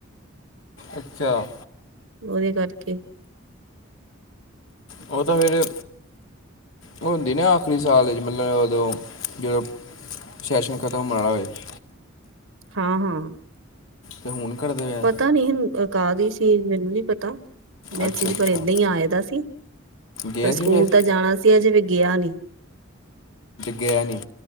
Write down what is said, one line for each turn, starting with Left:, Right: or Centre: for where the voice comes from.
Left: ਅੱਛਾ-
Right: ਉਹਦੇ ਕਰਕੇ-
Left: ਉਹ ਤਾਂ ਫੇਰ ਹੋਦੀ ਨਾ ਆਖਰੀ ਸਾਲ ਮਤਲਬ ਓਦੋ- ਜਦੋਂ ਸੈਸ਼ਨ ਖ਼ਤਮ ਹੋਇਆ ਹੋਵੇ-
Right: ਹਾਂ -ਹਾਂ-
Left: ਤੇ ਹੁਣ ਕਰਦੇ- ਆ
Right: ਪਤਾ ਨੀ ਹੁ ਅ ਕਾਹਦੀ ਸੀ ਮੈਨੂੰ ਨੀ ਪਤਾ- ਮੈਸੀਜ
Left: ਅੱਛਾ ਅੱਛਾ
Right: ਪਰ ਏਦਾਂ ਹੀ ਆਏ ਦਾ ਸੀ
Left: ਗਏ
Right: ਪਰ ਸਕੂਲ
Left: ਸੀ ਫਿਰ
Right: ਤਾਂ ਜਾਣਾ ਸੀ ਅੱਜ ਵੀ ਏ ਗਿਆ ਨੀ।
Left: ਗਿਆ ਨਹੀ।